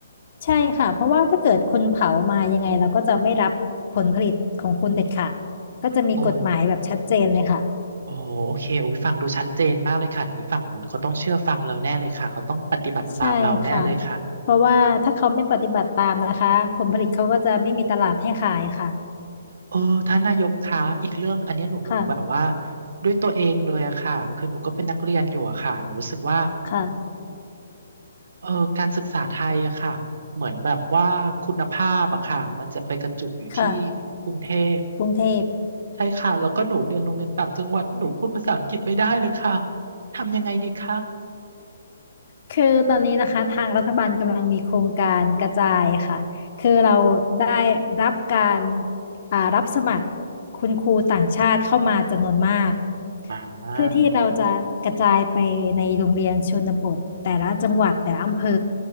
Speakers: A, on the left; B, on the right.
A: ใช่ค่ะเพราะว่าถ้าเกิดคุณเผามายังไงเราก็จะไม่รับผลผลิตของคุณเด็ดขาดก็จะมีกฎหมายแบบชัดเจนเลยค่ะ
B: โอ้ โอ้โอเคอุ้ยฟังดูชัดเจนมากเลยค่ะอย่างนี้ฝั่งนู้นเขาต้องเชื่อฟังเราแน่เลยค่ะเขาต้องปฏิบัติตามเราแน่เลยค่ะ
A: ใช่ค่ะ เพราะว่าถ้าเขาไม่ปฏิบัติตามนะคะผลผลิตเขาก็จะไม่มีตลาดให้ขายค่ะ
B: อืมเออท่านนายกคะอีกเรื่องอันเนี้ยหนูหนูแบบว่า
A: ค่ะ
B: ด้วยตัวเองเลยอะค่ะคือหนูก็เป็นนักเรียนอยู่อะค่ะหนูรู้สึกว่า
A: ค่ะ
B: เออการศึกษาไทยอะค่ะเหมือนแบบว่าคุณภาพอะค่ะมันจะไปกระจุกอยู่ที่
A: ค่ะ
B: กรุงเทพ
A: กรุงเทพ
B: ใช่ค่ะแล้วก็หนูเรียนโรงเรียนต่างจังหวัดหนูพูดภาษาอังกฤษไม่ได้เลยค่ะทำยังไงดีคะ
A: คือตอนนี้นะคะทางรัฐบาลกำลังมีโครงการกระจายค่ะคือเราได้รับการอ่ารับสมัครคุณครูต่างชาติเข้ามาจำนวนมาก
B: อ่า
A: เพื่อที่เราจะกระจายไปในโรงเรียนชนบทแต่ละจังหวัดแต่ละอำเภอ